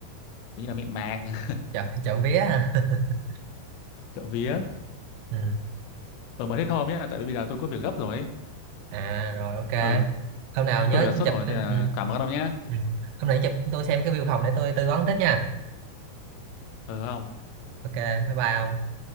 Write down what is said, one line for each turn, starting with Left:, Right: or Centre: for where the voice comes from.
Left: như là mịn màng, <laughs>
Right: chọn chọn vía à <laughs>
Left: trộm vía.
Right: ừ.
Left: Ờ mà hết hôm nhé, tại vì bây giờ tôi có việc gấp rồi ấy.
Right: à rồi ok
Left: Ừ,
Right: hôm nào
Left: tôi
Right: nhớ
Left: có việc đột xuất
Right: chụp
Left: rồi
Right: cái-
Left: thì là
Right: ừ.
Left: cảm ơn ông nhé.
Right: Ừ. hôm nào nhớ chụp tôi xem cái view phòng để tôi tư vấn tiếp nha
Left: Ừ không?
Right: ok bye bye ông